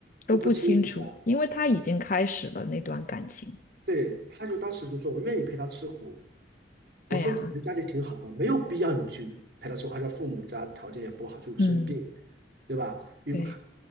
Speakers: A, on the left (about 45°); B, on the right (about 55°).
A: 都不清楚，
B: 都不清醒的。
A: 因为他已经开始了那段感情。
B: 对，他就当时就说：“我愿意陪他吃苦。”我说：
A: 哎呀，
B: “你们家里挺好的，没有必要你去陪他吃苦，而且父母家条件也不好，就是生病，
A: 嗯，
B: 对吧？”因为
A: 对，